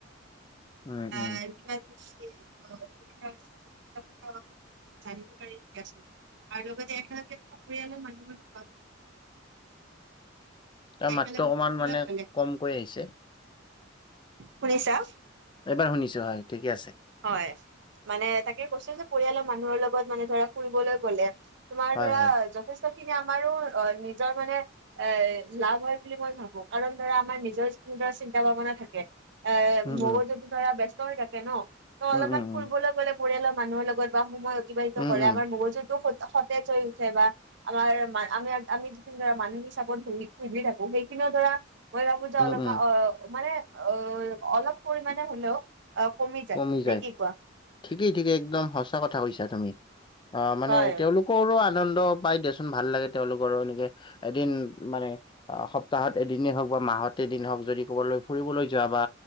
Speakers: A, on the left (about 25°); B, on the right (about 65°).
A: উম, উম।
B: আহ কি? <unintelligible> জানিব পাৰি দিয়াচোন আৰু লগতে একে লগে পৰিয়ালৰ মানুহৰ লগত
A: তাৰ
B: একেলগে
A: মাত্ৰ অকমান
B: ফুৰিবলৈ
A: মানে
B: গ'লে
A: কমকৈ আহিছে।
B: শুনিছা?
A: এইবাৰ শুনিছো হয় ঠিকে আছে।
B: হয়, মানে তাকে কৈছোঁ যে পৰিয়ালৰ মানুহৰ লগত মানে ধৰা ফুৰিবলৈ গলে। তোমাৰ
A: হয়,
B: ধৰা
A: হয়।
B: যথেষ্ট খিনি আমাৰো অ নিজৰ মানে এ লাভ হয় বুলি মই ভাবো কাৰণ ধৰা আমাৰ নিজৰ ধৰা চিন্তা ভাৱনা থাকে। এ
A: উম,
B: মগজুটো
A: উম।
B: ধৰা ব্যস্ত হৈ থাকে ন, ত
A: উম,
B: অলপমান
A: উম,
B: ফুৰিবলৈ
A: উম।
B: গ'লে। পৰিয়ালৰ মানুহৰ লগত বা সময় অতিবাহিত
A: উম,
B: কৰে
A: উম।
B: আমাৰ মগজুতটো সতেজ হৈ উঠে বা। আমাৰ আমি আমি যিখিনি ধৰা মানসিক চাপত ভূগি থাকোঁ সেইখিনিও ধৰা মই ভাবো যে
A: উম,
B: অলপ
A: উম।
B: অ মানে অ অলপ পৰিমাণে হলেও কমি
A: কমি যায়,
B: নে কি কোৱা
A: ঠিকেই ঠিকেই একদম সঁচা কথা কৈছা তুমি, অ মানে
B: হয়
A: তেওঁলোক। কৰো আনন্দ পাই দিয়াচোন ভাল লাগে তেওঁলোকৰো এনেকে এদিন মানে অ সপ্তাহত এদিনেই হওঁক বা মাহত এদিন হওঁক যদি ক'বালৈ ফুৰিবলৈ যোৱা বা